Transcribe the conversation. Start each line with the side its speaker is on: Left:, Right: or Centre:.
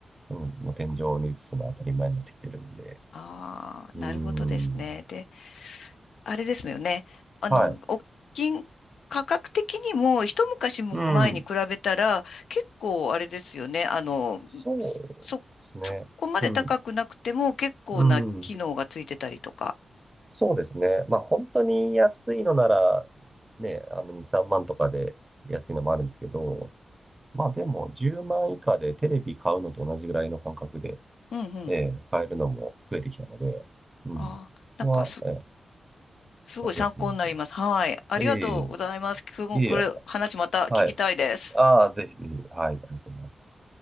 Right: うん、もう天井に映すのは当たり前になってきてるんで。
Left: ああ、
Right: うん、
Left: なるほどですね。であれですよね。あの、
Right: はい。
Left: お金、価格的にも一昔も前に比べたら結構あれですよね。
Right: うん、
Left: あの、
Right: そうですね。
Left: そ、そこまで高くなくても結構な機能がついてたりとか。
Right: うん。うん。そうですね。まあ本当に安いのなら、ね、あの2、3万とかで安いのもあるんですけど、まあでも10万以下でテレビ買うのと同じぐらいの感覚で、
Left: うんうん。
Right: ええ買えるのも増えてきたので、うん。
Left: ああ、
Right: そこは、
Left: なんかす、
Right: ええ
Left: すごい参考になります。
Right: だいぶ安くなってます。
Left: はい。ありがとうございます。
Right: ええいえ
Left: 今日もこれ話また聞きたいです。
Right: いえ、はい。ああ、ぜひぜひ、はい、ありがとうございます。